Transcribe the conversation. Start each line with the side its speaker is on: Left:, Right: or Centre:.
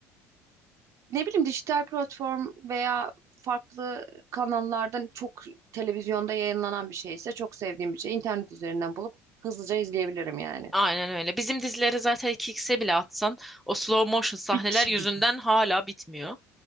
Right: ne bileyim dijital platform veya farklı kanallardan çok televizyonda yayınlanan bir şeyse çok sevdiğim bir şey. internet üzerinden bulup hızlıca izleyebilirim yani.
Centre: Aynen öyle. Bizim dizileri zaten 2x'e bile atsan o slow motion sahneler
Right: Big
Centre: yüzünden
Right: bir.
Centre: hala bitmiyor.